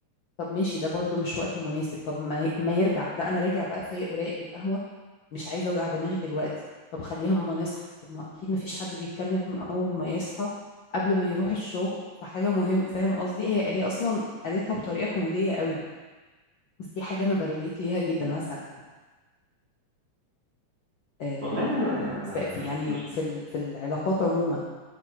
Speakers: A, on the left; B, on the right.
A: طب ماشي ده برضو مش وقت مناسب طب ما, ي... ما يرجع لا انا راجع بقى فايق ورايق من القهوه مش عايزه اوجع دماغي دلوقتي طب خليها اما نصحى طب ما اكيد ما فيش حد بيتكلم اول ما يصحى قبل ما يروح الشغل فحاجه مهم فاهم قصدي هي هي اصلا قالتها بطريقه كوميديه قوي بس دي حاجة أنا بريليت ليها جدا مثلا آه،
B: والله أنا
A: ف- في يعني
B: مش
A: في ال- في العلاقات عموما